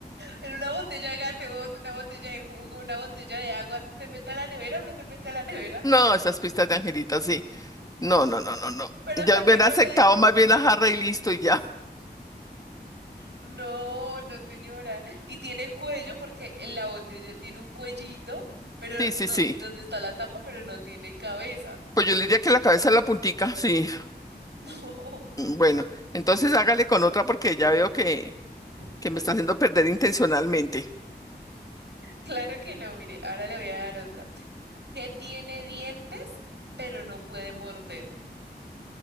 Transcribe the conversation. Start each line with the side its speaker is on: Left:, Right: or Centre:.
Right: en una botella de gaseosa, una botella de jugo, una botella de agua, ¿se mete a la nevera o no se mete a la nevera?
Left: No, esas pistas de Angelita, sí. No, no, no, no, no.
Right: Pero
Left: Yo
Right: hasta que
Left: hubiera
Right: no
Left: aceptado
Right: le dije,
Left: más bien la jarra y listo y ya.
Right: no, no señora. Y tiene cuello porque en la botella tiene un cuellito, pero
Left: Sí, sí,
Right: no,
Left: sí.
Right: donde está la tapa, pero no tiene cabeza.
Left: Pues yo le diría que la cabeza en la puntica, sí.
Right: <laughs> No,
Left: Mm, Bueno, entonces hágale con otra porque ya veo que,
Right: <laughs>
Left: que me está haciendo perder intencionalmente,
Right: claro que no, mire, ahora le voy a dar otra. Que tiene dientes, pero no puede morder.